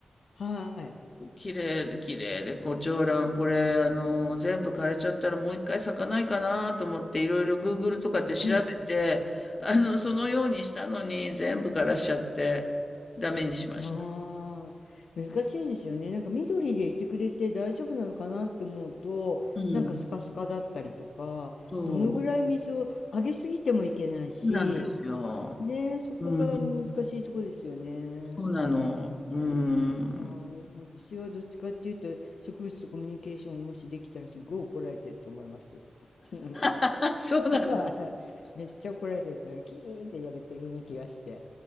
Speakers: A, on the left; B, on the left.
A: はい
B: 綺麗で綺麗で胡蝶蘭、これ、あの、全部枯れちゃったらもう一回咲かないかなと思って、いろいろ Google とかで調べて、
A: うん。
B: あの、そのようにしたのに、全部枯らしちゃって、ダメにしました。
A: ああ、難しいですよね。なんか緑でいてくれて大丈夫なのかなって思うと、
B: うん、
A: なんかスカスカだったりとか、
B: そう、
A: どのぐらい水をあげすぎてもいけないし、
B: そうなんですよ。
A: ねえ、そこが難しいところですよね。
B: うん。そうなの。うーん。
A: はい、私はどっちかっていうと、植物とコミュニケーションをもしできたらすごい怒られてると思います。<laughs>
B: <laughs> そうなの。
A: はいめっちゃ怒られてるから、キーって言われてるような気がして。